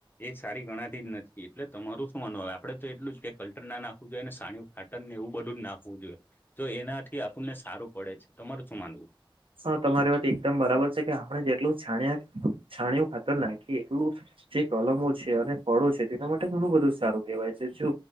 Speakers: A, on the left; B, on the right.
A: એ સારી ગણાતી જ નથી, એટલે તમારું શું અનુભવ આપડે તો, એટલું જ કે કલ્ટર નાખવું જોઈએ ને, સાણ હાટન ને, એવું બધું જ નાખવું જોઈએ, તો એનાથી આપણને સારું પડે છે, તમાર શું માનવું?
B: હા, તમારી વાત એકદમ બરાબર છે કે, આપણે જેટલું છાણ્યા છાણું ખાતર નાખીએ એટલું. જે કલમો છે, અને ફળો છે, તેના માટે ઘણું બધું સારું કહેવાય છે, જો